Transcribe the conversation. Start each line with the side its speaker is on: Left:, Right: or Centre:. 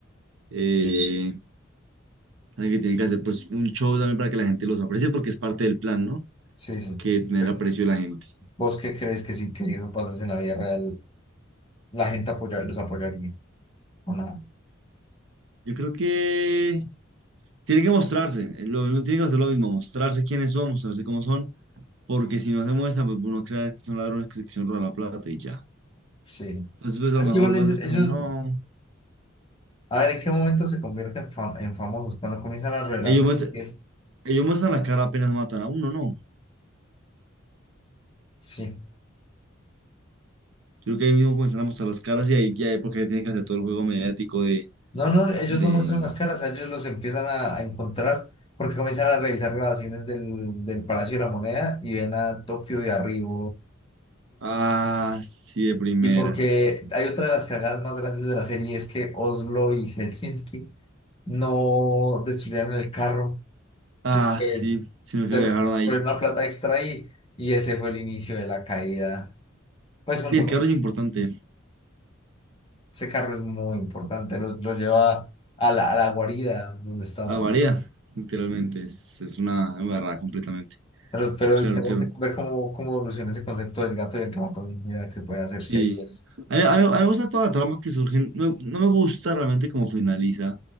Right: eh, saben que tienen que hacer pues un show también para que la gente los aprecie, porque es parte del plan, ¿no?
Left: sí, sí.
Right: Que tener
Left: Pero,
Right: aprecio de la gente.
Left: ¿vos qué crees que sí, que si eso pasase en la vida real, la gente apoyar, los apoyaría o nada?
Right: Yo creo que tiene que mostrarse, eh, lo, uno tiene que hacer lo mismo, mostrarse quiénes son, mostrarse cómo son, porque si no se muestran, pues uno crea que son ladrones que se quisieron robar la plata y ya.
Left: Sí.
Right: Entonces, pues a
Left: Es
Right: lo mejor
Left: que igual ellos,
Right: va a ser
Left: ellos-
Right: como, no,
Left: a ver en qué momento se convierten en, fam- en famosos, cuando comienzan a revelar.
Right: ellos
Left: sus
Right: muestran,
Left: pies.
Right: ellos muestran la cara apenas matan a uno, ¿no?
Left: Sí.
Right: Yo creo que ahí mismo comienzan a mostrar las caras y ahí ya, porque ahí tienen que hacer todo el juego mediático de,
Left: No, no, ellos
Right: de...
Left: no muestran las caras, a ellos los empiezan a, a encontrar porque comienzan a revisar grabaciones del, del Palacio de la Moneda y ven a Tokio de arriba,
Right: Ah, sí, de primeras.
Left: Y porque hay otra de las cagadas más grandes de la serie es que Oslo y Helsinki no destruyeron el carro,
Right: Ah,
Left: sino que
Right: sí, sino
Left: se
Right: que lo dejaron ahí.
Left: fue una plata extra ahí y ese fue el inicio de la caída. Pues
Right: Sí,
Left: junto
Right: el
Left: con
Right: carro es importante.
Left: ese carro es muy importante, lo, lo lleva a la, a la guarida donde estaban.
Right: Ah, varía, literalmente. Es, es una embarrada completamente.
Left: Pero, pero
Right: Claro,
Left: interesante
Right: claro.
Left: ver cómo, cómo evoluciona ese concepto del gato y el ratón. Mira, que se pueden hacer
Right: Sí,
Left: series.
Right: a mí, a mí- a mí me gusta toda la trama que surge, no, no me gusta realmente cómo finaliza